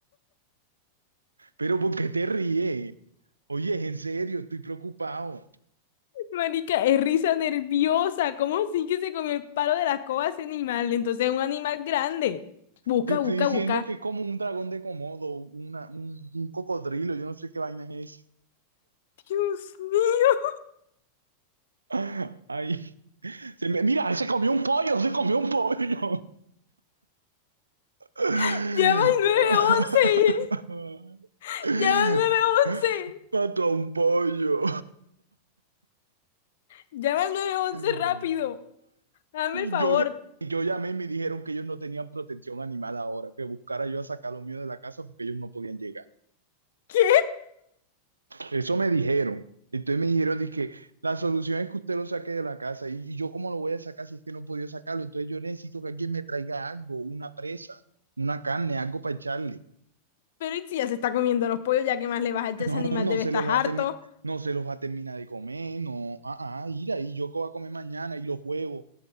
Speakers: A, on the right (about 80°); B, on the left (about 55°).
A: Pero ¿por qué te ríes? Oye, es en serio, estoy preocupado.
B: Marica, es risa nerviosa. ¿Cómo sí que se comió el palo de la escoba ese animal? Entonces es un animal grande. Busca,
A: Te estoy
B: busca,
A: diciendo
B: busca.
A: que es como un dragón de Komodo, una, un, un cocodrilo, yo no sé qué vaina es
B: Dios mío,
A: esa. <laughs> Ay, se me- mira, se comió un pollo, se comió un pollo. <laughs>
B: <laughs> llama al nueve once. <laughs> Llama al nueve once.
A: Mató a un pollo.
B: Llama al nueve once
A: <laughs>
B: rápido. Dame el favor.
A: Yo, ya- yo llamé y me dijeron que ellos no tenían protección animal ahora, que buscara yo a sacar lo mío de la casa porque ellos no podían llegar.
B: ¿Qué?
A: Eso me dijeron. Entonces me dijeron, dije, la solución es que usted lo saque de la casa. ¿Y, y yo cómo lo voy a sacar si es que no podía sacarlo? Entonces yo necesito que alguien me traiga algo, una presa, una carne, algo para echarle.
B: Pero ¿y si ya se está comiendo los pollos, ya que más le vas a echar a ese
A: No,
B: animal,
A: no
B: debe
A: se
B: estar
A: los
B: harto.
A: va a terminar, no se los va a terminar de comer, no. Ah, ah, ir ahí, yo qué voy a comer mañana y los huevos,